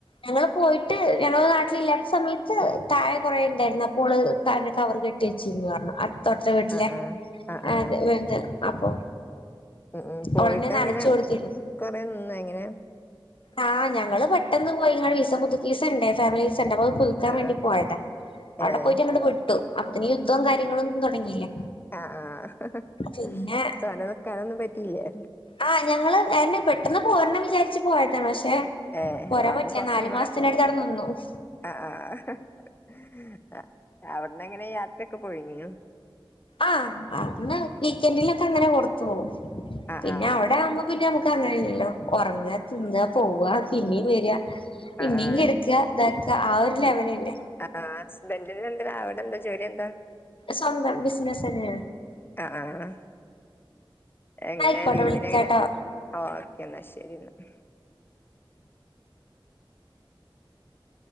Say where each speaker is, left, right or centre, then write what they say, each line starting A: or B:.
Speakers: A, on the left (about 75°); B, on the left (about 25°).
A: ഞങ്ങള് പോയിട്ട് ഞങ്ങള് നാട്ടില് ഇല്ലാത്ത സമയത്ത് താഴെ കൊറേ ണ്ടായിരുന്നു. അപ്പോള് കാരണം കവർ കെ ച്ചീന്ന് പർഞ്ഞു അട്ത്തൊട്ട വീട്ടിലേ
B: ആഹ് ആഹ് ആഹ് ആഹ്
A: അത് വേണ്ട അപ്പൊ
B: ഉം ഉം പോയിട്ട്
A: ഓളന്നെ നനച്ചു
B: അങ്ങനെ
A: കൊടുത്തിരുന്നു
B: കൊറേ നിന്ന് എങ്ങനെ?
A: ആഹ് ഞങ്ങള് പെട്ടെന്ന് പോയി ഇങ്ങ വിസ പുതുക്കീസ് വിസണ്ടേ ഫാമിലീസ് വിസണ്ട് അപ്പ പുതുക്കാൻ
B: ആഹ്
A: വേണ്ടി
B: ആഹ്
A: പോയതാ. അഒടെ
B: ഏഹ്
A: പോയിട്ട് അങ്ങട്ട് വിട്ടു അപ്പത്ത്ന് യുദ്ധോം കാര്യങ്ങളും തുടങ്ങിയില്ലേ.
B: ആഹ് ആഹ്
A: പിന്നെ
B: തോന്നേ നിക്കാനൊന്നും പറ്റിയില്ലേ?
A: ആഹ് ഞങ്ങള് അഹന്നെ പെട്ടെന്ന് പോരണം വിചാരിച്ച് പോയതാണ് പക്ഷെ
B: ഏഹ്
A: പോരാ
B: അപ്പൊ
A: പറ്റില്ല
B: കൊറച്ചും
A: നാലു
B: കൂടെ
A: മാസത്തിനട്ത്ത് അഒടെ നിന്നു ഉം.
B: ആഹ് ആഹ് അഹ് അഒട്ന്ന് എങ്ങനെ യാത്രക്കെ പോയിനോ?
A: ആഹ് അന്ന് വീക്കെൻഡിലൊക്കെ അങ്ങനെ കൊടുത്തു.
B: ആ
A: പിന്നെ
B: ആ
A: അവടെ ആവുമ്പോ പിന്നെ നമുക്ക് അങ്ങനെല്ലല്ലോ ഒറങ്ങ തിന്നാ പോവാ പിന്നീ വര പിന്നീ
B: ആ ആ
A: കെട്ക്ക ഇതാക്ക ആഹ് ഒരു ലെവല് ല്ലേ.
B: ആഹ് ഹസ്ബന്റിന് എന്താ അഒടെ എന്താ ജോലി ന്താ?
A: സ്വന്തം ബിസിനസ് ന്നെ.
B: ആഹ് ആഹ് എങ്ങനെ
A: ആയിക്കോട്ടെ
B: ലീവിന്
A: വിളിക്കാട്ടോ
B: എങ്ങനെ ആഹ് ഓക്കെ ന്നാ ശരി ന്നാ.